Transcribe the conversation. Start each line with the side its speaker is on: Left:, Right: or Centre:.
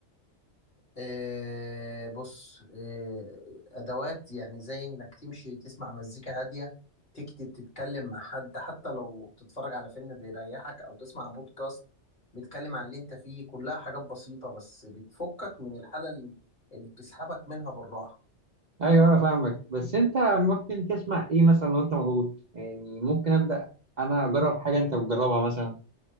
Left: آه بص آه أدوات يعني زي إنك تمشي تسمع مزيكا هادية تكتب تتكلم مع حد حتى لو تتفرج على فيلم بيريحك أو تسمع بودكاست بيتكلم عن اللي أنت فيه كلها حاجات بسيطة بس بتفكك من الحالة اللي اللي بتسحبك منها بالراحة
Right: ايوه انا فاهمك بس انت ممكن تسمع ايه مثلا لو انت مضغوط يعني ممكن ابدا انا اجرب حاجه انت بتجربها مثلا